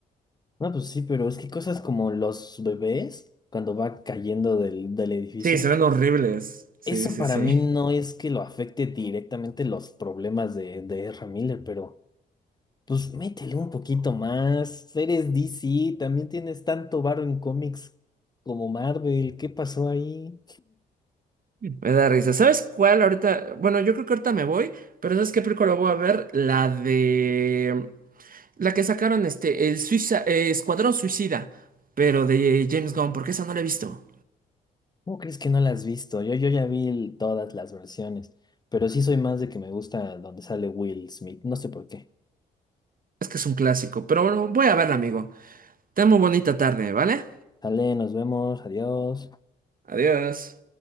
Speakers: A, on the left; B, on the right.
A: No, pues sí, pero es que cosas como los bebés, cuando va cayendo del, del edificio.
B: Sí, se ven horribles. Sí,
A: Eso
B: sí,
A: para
B: sí.
A: mí no es que lo afecte directamente los problemas de, de Ezra Miller, pero pues métele un poquito más. Eres DC, también tienes tanto varo en cómics como Marvel. ¿Qué pasó ahí?
B: Me da risa. ¿Sabes cuál ahorita? Bueno, yo creo que ahorita me voy, pero ¿sabes qué película voy a ver? La de... La que sacaron este, el Suiza, eh, Escuadrón Suicida, pero de James Gunn, porque esa no la he visto.
A: ¿Cómo crees que no las has visto? Yo, yo ya vi el- todas las versiones, pero sí soy más de que me gusta donde sale Will Smith. No sé por qué.
B: Es que es un clásico, pero bueno, voy a verla, amigo. Ten muy bonita tarde, ¿vale?
A: Sale, nos vemos, adiós.
B: Adiós.